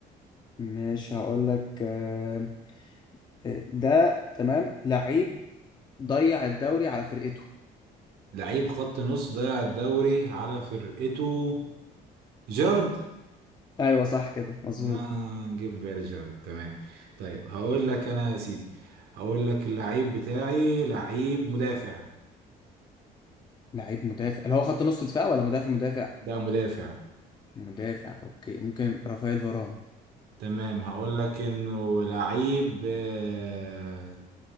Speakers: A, on the left (about 25°); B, on the right (about 70°).
A: ماشي هقول لك آه آه، ده تمام لعيب ضيع الدوري على فرقته
B: لعيب خط نص ضيع الدوري على فرقته جيرارد
A: ايوه صح كده مظبوط
B: انا جه في بالي جيرارد تمام طيب هقول لك انا يا سيدي هقول لك اللعيب بتاعي لعيب مدافع
A: لعيب مدافع اللي هو خط نص دفاع ولا مدافع مدافع
B: ده مدافع
A: مدافع اوكي ممكن رافائيل فاران
B: تمام هقول لك انه لعيب آه...